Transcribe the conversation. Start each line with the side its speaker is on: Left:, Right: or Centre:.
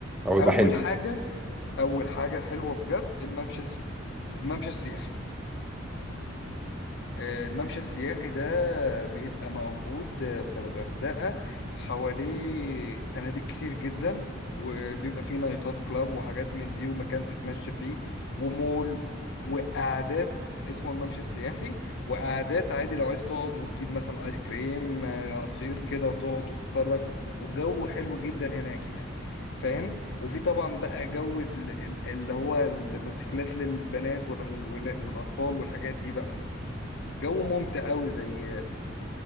Centre: او يبقى
Left: اول
Centre: حلو
Left: حاجه اول حاجه حلوه بجد الممشى السي... الممشى السياحي آه، الممشى السياحي ده بيبقى موجود في الغردقة حواليه فنادق كتير جدا وبيبقى فيه نايتات كلاب وحاجات من دي ومكان تتمشى فيه ومول وقعدات اسمه الممشى السياحي وقعدات عادي لو عايز تقعد وتجيب مثلا ايس كريم آه، عصير كده وتقعد وتتفرج والجو حلو جدا هناك يعني فاهم وفي طبعا بقى جو ال- ال- اللي هو الموتوسيكلات للبنات وال- وال- والاطفال والحاجات دي بقى جو ممتع قوي زي